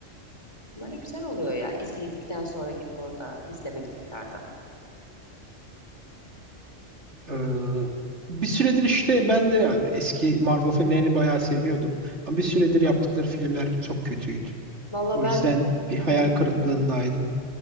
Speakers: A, on the left; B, on the right.
A: Böyle güzel oluyor ya izledikten sonra gidip orada izlemek tekrardan.
B: Ee, bir süredir işte ben de eski Marvel filmlerini bayağı seviyordum. Ama bir süredir yaptıkları filmler çok kötüydü.
A: Valla
B: O
A: ben
B: yüzden bir hayal
A: hmm,
B: kırıklığındaydım.